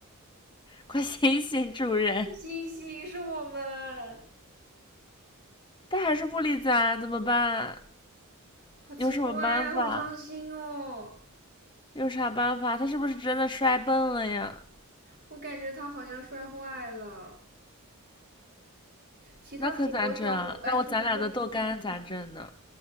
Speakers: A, on the left (about 20°); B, on the right (about 50°).
A: 快醒醒，主人！
B: 醒醒，是我们。
A: 他还是不理咱，怎么办？
B: 好奇怪，
A: 有什么办法？
B: 好伤心哦。
A: 有啥办法？他是不是真的摔笨了呀？
B: 我感觉它好像摔坏了。其他狗狗小伙伴是不是不见了？
A: 那可咋整啊？那我咱俩的豆干咋整呢？